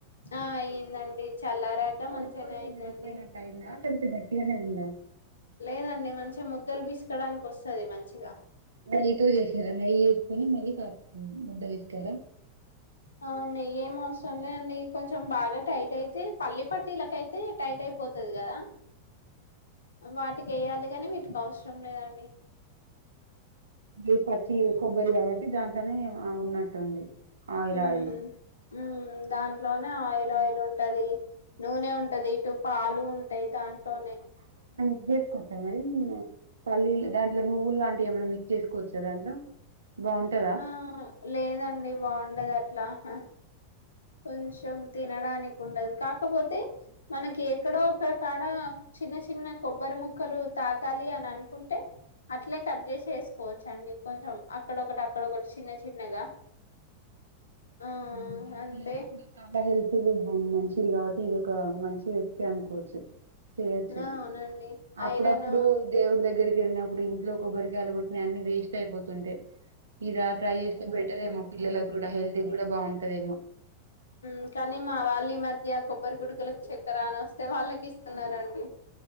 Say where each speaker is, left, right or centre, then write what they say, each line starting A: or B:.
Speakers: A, on the left; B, on the right.
A: అహ్ ఆయిందండి. చల్లరాక
B: పొడి
A: మంచిగానే
B: పొడి
A: అయిందండి.
B: విడిపోయినట్టు అయిందా లేకపోతే గట్టిగానే ఉందా.
A: లేదండి మంచిగా ముద్దలు పిస్కాడానికి వస్తది. మంచిగా
B: నెయ్యితో జెసిర్ గాద. నెయ్యి ఏసుకొని మల్లి కా ఉహ్ ముంద్ధవిష్కాడా
A: ఆహ్ నెయ్యేం అవసరం లే అండి. కొంచెం బాగా టైట్ అయితే పల్లి పట్టీలక అయితే టైట్ అయిపోతది. కదా వాటిక్ ఏయాలి గాని వీటికి అవ్శ్రం లేదండి.
B: గి పచ్చియి
A: ఉ
B: కొబ్బరి కావట్టి దా దని ఆ ఉన్నట్టుంది ఆయిల్
A: ఉమ్
B: ఆయిల్
A: ఉమ్ దాంట్లోనే ఆయిల్ ఆయిల్ ఉంటది నూనె ఉంటది ఇటు పాలు ఉంటాయి దాంట్లోనే
B: ఇవి చేసుకోవచ్చా మరి పల్లీలు దాంట్లో నువ్వు లాంటివి ఏమైన్నా మిక్స్ చేసుకోవచ్చా దాంట్లో బాగుంటదా
A: ఆ లేదండి బాగుండది అట్లా అట్ల కొంచెం తినడాని ఉండదు కాకపోతే మనకి ఎక్కడో ఒక్క కాడ చిన్న చిన్న కొబ్బరిముక్కలు తకాలి అని అనుకుంటే అట్లే కట్ చేసి ఏసుకోవచ్చు అండి కొంచెము అక్కడోకటి అక్కడోకటి చిన్న చిన్నగా ఆ
B: మంచిగా
A: అంత
B: పిల్లలకి చాలా హెల్త్ ది బన్ మంచిది కాబట్టి ఇది ఒక మంచి రెసిపీ అనుకోవచ్చు చేయొచ్చు
A: ఆ అవునండి
B: అప్పుడప్పుడు
A: ఐరన్
B: దేవుడి దగ్గరికి వెళ్గినప్పుడు ఇంట్లో కొబ్బరికాయలు కోట్టినయి అన్ని వేస్ట్ అయిపోతుంటే ఇద ట్రై చేసి పెట్టారేమో పిల్లలకు గుడా హెల్త్ గుడా బా బవుంటదేమో
A: ఉ కానీ మా వాళ్ళు ఈ మధ్య కొబ్బరి కుడుకులకు చక్కరాని వస్తే వాళ్ళకి ఇస్తున్నారండి